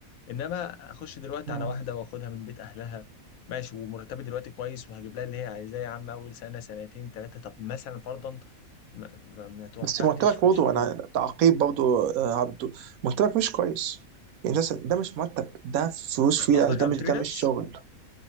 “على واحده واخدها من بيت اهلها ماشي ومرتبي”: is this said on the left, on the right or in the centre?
Left